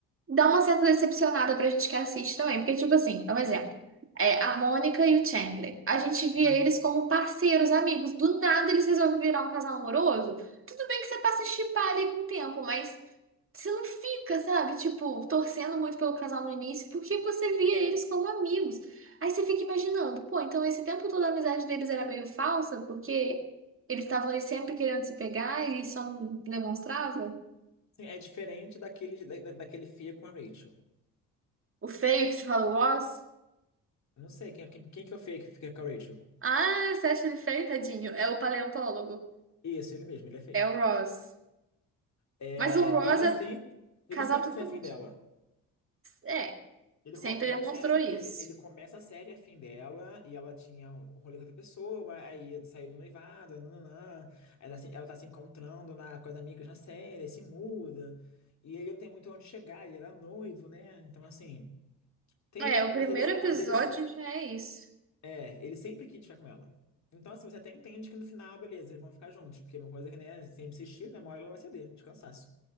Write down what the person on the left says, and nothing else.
Uhum.
Sim, é diferente daquele, da, da- daquele feio com a Rachel.
Eu Não sei, quem, quem, quem que é o feio que fica com a Rachel?
Isso, ele mesmo, ele é feio.
É,
ele
sempre, ele
sempre
foi afim dela.
Ele
começa
a série,
ele, ele começa a série afim dela e ela tinha um um rolê com outra pessoa, aí saiu do noivado, nananã, aí ela, tá se- ela tá se encontrando na, com as amigas na série, se muda, e ele não tem muito onde chegar, ele era noivo, né? Então, assim, tem,
mas
eles,
mas eles,
é, ele sempre quis ficar com ela. Então, assim, você até entende que no final, beleza, eles vão ficar juntos, porque é uma coisa que, né, sempre insistiu, né, uma hora ela vai ceder, de cansaço.